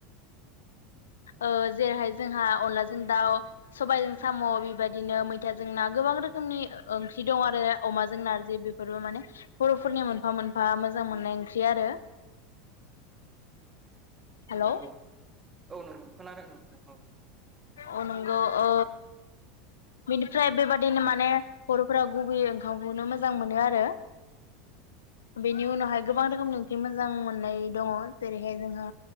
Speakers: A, on the left; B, on the right.
A: ओ जेरैहाय जोंहा अनला जों दाउ सबायजों, साम बेबायदिनो मैथाजों जोंना गोबां रोखोमनि ओ ओंख्रि दं आरो अमाजों नारजि बेफोरबो माने बर'फोरनि मोनफा मोनफा मोजां मोननाय ओंख्रि आरो हेलौ
B: नंगौ औ नंगौ खोनादों नोंथां औ
A: अ नंगौ ओ बिनिफ्राय बेबाद बिदिनो माने बरफोरा गुबैयै ओंखामखौनो मोजां मोनो आरो बेनि उनावहाय गोबां रोखोमनि ओंख्रि मोजां मोननाय दङ जेरैहाय जोंहा